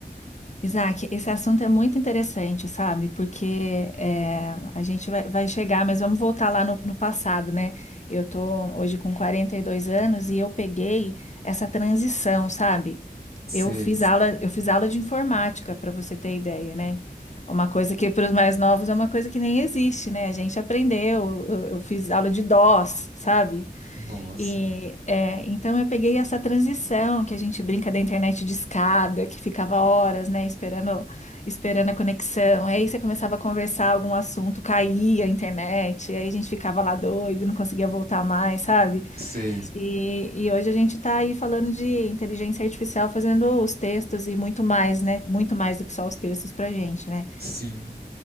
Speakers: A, on the left; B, on the right.
A: Isaac, esse assunto é muito interessante, sabe? Porque é, a gente vai, vai chegar, mas vamos voltar lá no, no passado, né? Eu tô hoje com 42 anos e eu peguei essa transição, sabe?
B: Sei,
A: Eu fiz aula, eu fiz aula de informática, para você ter ideia, né? Uma coisa que para os mais novos é uma coisa que nem existe, né? A gente aprendeu, eu, eu fiz aula de DOS, sabe?
B: nossa,
A: E é, então eu peguei essa transição que a gente brinca da internet de escada, que ficava horas, né, esperando, esperando a conexão. Aí você começava a conversar algum assunto, caía a internet, aí a gente ficava lá doido, não conseguia voltar mais, sabe?
B: sei,
A: E, e hoje a gente está aí falando de inteligência artificial fazendo os textos e muito mais, né? Muito mais do que só os textos para gente, né?
B: sim.